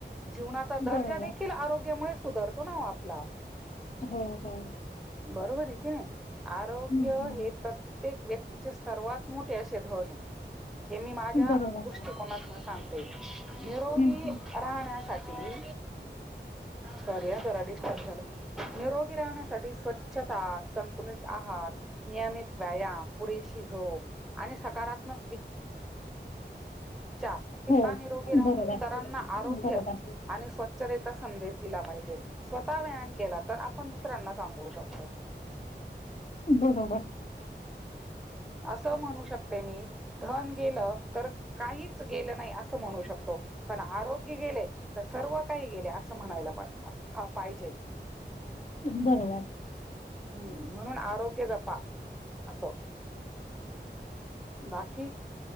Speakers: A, in the centre; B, on the left.
A: जीवनाचा दर्जा
B: बरोबर
A: देखील आरोग्यामुळे सुधारतो ना ओ आपला.
B: हो हो.
A: बरोबर ये की नाही. आरोग्य
B: हं, हं.
A: हे प्रत्येक व्यक तिचे सर्वात मोठे असे धने. हे मी माझ्या
B: बरोबर
A: दृष्टिकोनातून सांगते. निरोगी
B: हं, हं.
A: राहण्यासाठी, सॉरी ह जरा डिस्टर्ब झालं. निरोगी राहण्यासाठी स्वच्छ ता. संतुलीत आहार, नियमित व्यायाम, पुरेशी झोप, आणि सकारात्मक वि चार. हिता
B: हो
A: निरोगी राहून.
B: बरोबर
A: इतरांना आरोग्य
B: बरोबर
A: आणि स्वच्छतेचा संदेश दिला पाहिजे. स्वतः व्यायान केला तर, आपण दुसऱ्यांना सांगू शकतो.
B: बरोबर.
A: असं म्हणू शकते मी. धन गेलं तर काहीच गेलं नाही असं म्हणू शकतो. पण आरोग्य गेले तर सर्व काही गेले असं म्हणायला प आ पाहिजे.
B: बरोबर.
A: हम्म म्हणून आरोग्य जपा. असं. बाकी?